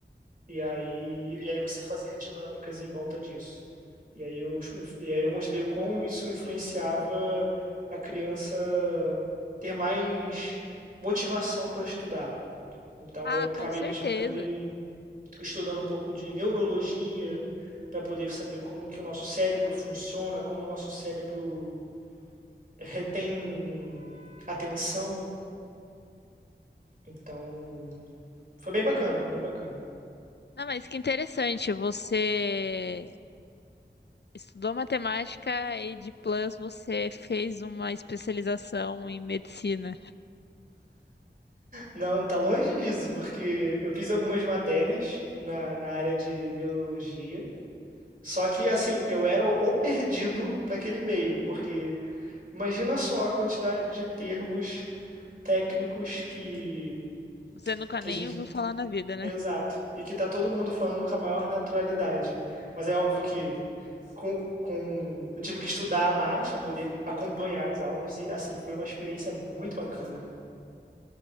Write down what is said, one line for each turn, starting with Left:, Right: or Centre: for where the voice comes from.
Right: E aí, e aí você fazer dinâmicas em volta disso. E aí eu, e aí eu mostrei o como isso influenciava a criança ter mais motivação para estudar. Então
Left: Ah,
Right: eu acabei,
Left: com certeza.
Right: de- acabei estudando um pouco de neurologia para poder saber como que o nosso cérebro funciona, como o nosso cérebro retém atenção. Então, foi bem bacana, foi bem bacana.
Left: Não, mas que interessante, você estudou matemática e de plus você fez uma especialização em medicina.
Right: Não, tá longe disso, porque eu fiz algumas matérias na, na área de neurologia. Só que, assim, eu era o o perdido naquele meio, porque imagina só a quantidade de termos técnicos que
Left: Você nunca
Right: que
Left: nem
Right: a gente.
Left: ouviu falar na vida, né?
Right: Exato. E que tá todo mundo falando com a maior naturalidade. Mas é óbvio que com, com... Eu tive que estudar mais para poder acompanhar as aulas e, assim, foi uma experiência muito bacana.